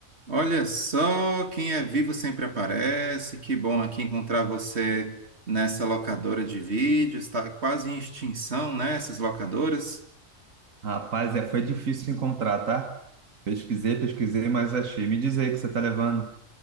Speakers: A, on the right (about 50°); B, on the right (about 75°).
A: Olha só, quem é vivo sempre aparece. Que bom aqui encontrar você nessa locadora de vídeos. Está quase em extinção, né? Essas locadoras.
B: Rapaz, é, foi difícil encontrar, tá? Pesquisei, pesquisei, mas achei. Me diz aí o que você tá levando.